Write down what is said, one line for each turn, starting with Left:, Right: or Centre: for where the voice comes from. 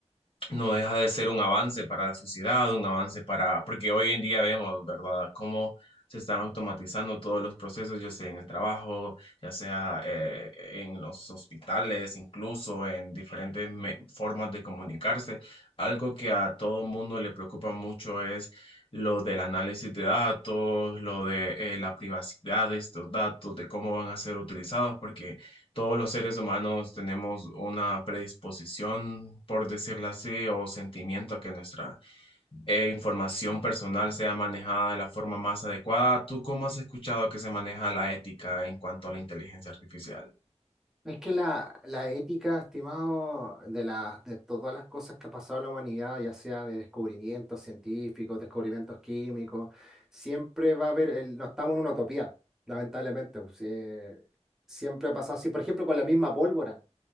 Left: no deja de ser un avance para la sociedad, un avance para, porque hoy en día vemos, ¿verdad?, cómo se están automatizando todos los procesos, ya sea en el trabajo, ya sea eh, en los hospitales, incluso en diferentes me- formas de comunicarse. Algo que a todo mundo le preocupa mucho es lo del análisis de datos, lo de eh, la privacidad de estos datos, de cómo van a ser utilizados, porque todos los seres humanos tenemos una predisposición, por decirlo así, o sentimiento a que nuestra eh, información personal sea manejada de la forma más adecuada. ¿Tú cómo has escuchado que se maneja la ética en cuanto a la inteligencia artificial?
Centre: Es que la, la ética, estimado, de, las de todas las cosas que ha pasado en la humanidad, ya sea de descubrimientos científicos, descubrimientos químicos, siempre va a haber, el- no estamos en una utopía, lamentablemente. pues, eh, siempre ha pasado así, por ejemplo, con la misma pólvora.